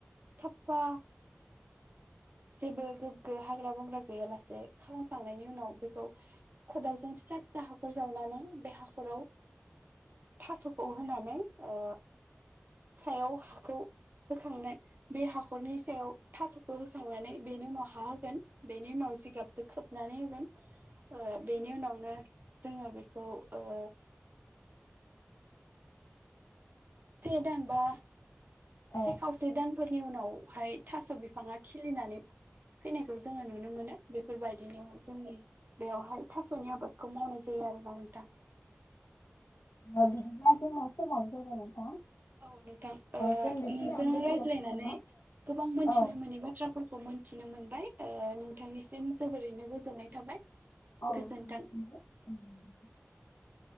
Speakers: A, on the right; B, on the left.
A: साफा जेबो गोग्गो हाग्रा बंग्रा गैयालासे खालामखांनायनि उनाव बेखौ खदालजों फिसा फिसा हाख हाखर जावनानै बे हाखराव थास'खौ होनानै ओ सायाव हाखौ होखांनो बे हाखरनि सायाव थास' खौ होखांनानै बेनि उनाव हा होगोन। बेनि उनाव जिगाबजो खोबनानै होगोन। ओ बेनि उनावनो जोङो बेखौ ओ से दानबा
B: औ
A: से खावसे दान फोरनि उनावहाय थास' बिफाङा खिलिनानै फैनायखौ जोङो नुनो मोनो। बेफोरबायदिनो जोंनि बेयावहाय थास'नि आबादखौ मावनाय जायो। <unintelligible>
B: औ बिदिब्ला जोंओ समाबो जाबाय नोंथां।
A: औ नोंथां नोंजों
B: जों बेखिनियावनो
A: रायज्लायनानै
B: दोनथ'जासिगोन नामा?
A: गोबां मोनथिनो
B: औ
A: मोननि बाथ्राफोरखौ मोनथिनो मोन बाय नोंथांनिसिम जोबोरैनो गो गोजोननाय थाबाय।
B: औ
A: गोजोन्थों